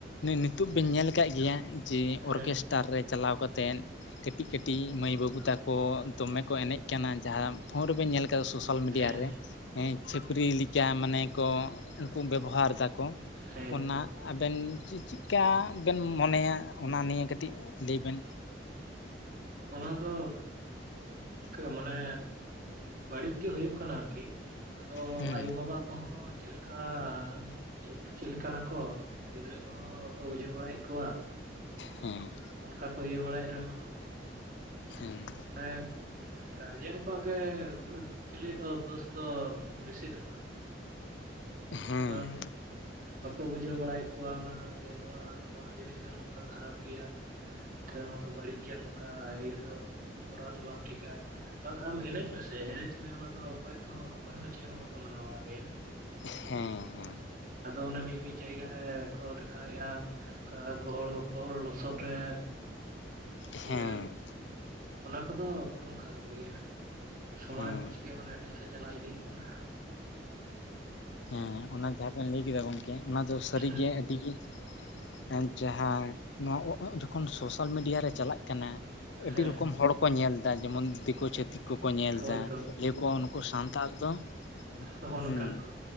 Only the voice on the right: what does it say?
ᱦᱮᱸ
ᱦᱮᱸ
ᱦᱮᱸ ᱦᱮᱸ
ᱦᱮᱸᱛᱚ
ᱚᱱᱟ ᱫᱚ ᱠᱮ ᱢᱟᱱᱮ ᱵᱟᱹᱲᱤᱡ ᱜᱮ ᱦᱩᱭᱩᱜ ᱠᱟᱱᱟ ᱟᱨᱠᱤ ᱟᱫᱚ
ᱟᱭᱳᱼᱵᱟᱵᱟ ᱠᱚᱦᱚᱸ ᱪᱮᱞᱮᱠ ᱠᱟᱱ ᱪᱮ ᱪᱮᱫ ᱞᱮᱠᱟᱱᱟᱠᱚ ᱜᱤᱫᱽᱨᱟᱹ ᱠᱚᱦᱚᱸ ᱵᱟᱠᱚ ᱵᱩᱡᱷᱟᱹᱣ ᱵᱟᱲᱟᱭᱮᱫ ᱠᱚᱣᱟ
ᱚᱱᱠᱟ ᱠᱚ ᱤᱭᱟᱹ ᱵᱟᱲᱟᱭᱮᱜᱽ ᱨᱮᱦᱚᱸ
ᱮᱜ ᱜᱟᱨᱡᱮᱱ ᱠᱚᱣᱟᱜ ᱜᱮ ᱮᱠᱪᱩᱞᱤ ᱫᱳᱥ ᱫᱚ ᱵᱮᱥᱤ ᱫᱚ ᱱᱟᱜ
ᱠᱷᱟᱱ ᱵᱟᱠᱚ ᱵᱩᱡᱷᱟᱹᱣ ᱵᱟᱲᱟᱭᱮᱫ ᱠᱚᱣᱟ ᱚᱱᱟ ᱡᱮ ᱱᱚᱣᱟ ᱱᱚᱣᱟ ᱡᱤᱱᱤᱥ ᱫᱚ ᱱᱚᱝᱠᱟ ᱠᱷᱟᱨᱟᱯ ᱜᱮᱭᱟ ᱥᱮ ᱱᱚᱣᱟ ᱫᱚ ᱵᱟᱹᱲᱤᱡ ᱜᱮᱭᱟ ᱱᱚᱝᱠ ᱠᱟ ᱤᱭᱟᱹ ᱫᱚ ᱠᱚᱨᱟᱣ ᱫᱚ ᱵᱟᱝ ᱴᱷᱤᱠᱟ ᱵᱟᱝᱠᱷᱟᱱ ᱮᱱᱮᱡ ᱢᱮᱥᱮ ᱮᱱᱮᱡ ᱢᱮ ᱚᱱᱟ ᱫᱚ ᱚᱠᱚᱭ ᱛᱚᱦᱚᱸ ᱚᱠᱚᱭ ᱦᱚᱸ ᱪᱮᱫ ᱦᱚᱸ ᱵᱟᱠᱚ ᱢᱟᱱᱟᱣ ᱵᱟᱲᱟ ᱢᱮᱭᱟ
ᱟᱫᱚ ᱚᱱᱮ ᱢᱤᱫ ᱢᱤᱫ ᱡᱟᱭᱜᱟ ᱨᱮ ᱠᱚ ᱫᱮᱠᱷᱟᱣᱮᱜᱼᱟ ᱠᱟ ᱜᱚᱦᱚᱲ ᱜᱚᱯᱚᱲ ᱞᱚᱥᱚᱫ ᱨᱮ
ᱤᱭᱟᱹ ᱚᱱᱟ ᱠᱚᱫᱚ ᱮᱠᱫᱚᱢ ᱠᱷᱟᱨᱟᱯ ᱜᱮᱭᱟ ᱥᱚᱢᱟᱡᱽ
ᱜᱮ ᱢᱟᱱᱮ ᱮᱴᱟᱜ ᱥᱮᱫ ᱪᱟᱞᱟᱣ ᱤᱫᱤ ᱠᱟᱱᱟ
ᱦᱮᱸ
ᱦᱮᱸ
ᱦᱳᱭᱛᱚ
ᱱᱚᱜᱼᱚ
ᱱᱚᱝᱠᱟᱱᱟ ᱠᱚ